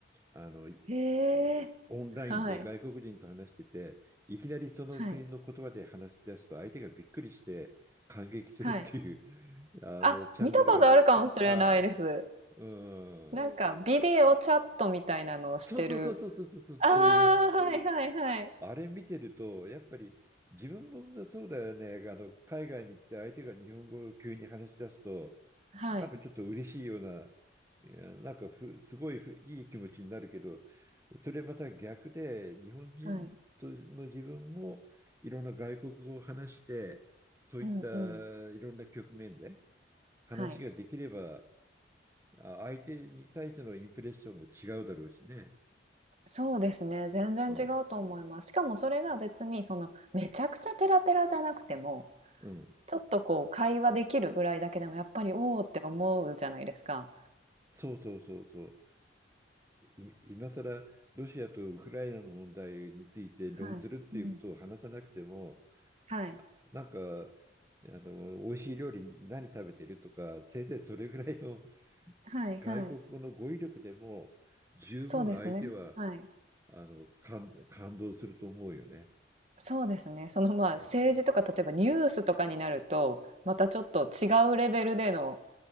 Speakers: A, on the right; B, on the right.
A: あの
B: ん。へえ。
A: オンラインで外国人と話してて、
B: はい。
A: いきなりその国の言葉で話し出すと、
B: はい。
A: 相手がびっくりして感激するっていう、
B: はい。
A: <laughs> あの、
B: あ、
A: チャンネルが、
B: 見たことあるかもしれないです。
A: あー、
B: なんかビデオチャットみたいなのをしてる
A: うん、そうそうそうそうそうそうそう、
B: ああ、
A: いう、
B: はいはいはい。
A: あれ見てると、やっぱり自分もそうだよね、あの、海外に行って相手が日本語を急に話し出すと、
B: はい
A: なんかちょっと嬉しいような、いやなんかふすごいふいい気持ちになるけど、それまた逆で、日本人との自分もいろんな外国語を話して、
B: はい。
A: そういったいろんな局面で
B: うんうん。
A: 話ができれば、
B: はい。
A: あ相手に対してのインプレッションも違うだろうしね。
B: そうですね、全然違うと思います。
A: うん、
B: しかもそれが別にそのめちゃくちゃペラペラじゃなくても、
A: うん、
B: ちょっとこう会話できるぐらいだけでもやっぱり「おお」って思うじゃないですか。
A: そうそうそうそう。い今更ロシアとウクライナの問題について論ずるっていうことを話さなくても、
B: はい。うん。はい。
A: あなんか、あの、美味しい料理何食べてるとか、せいぜいそれぐらいの <laughs>
B: はいはい。
A: 外国語の語彙力でも、十分相手は、
B: そうですね。はい。
A: あの、感、感動すると思うよね。
B: そうですね。その、まあ、
A: うん。
B: 政治とか例えばニュースとかになると、またちょっと違うレベルでの、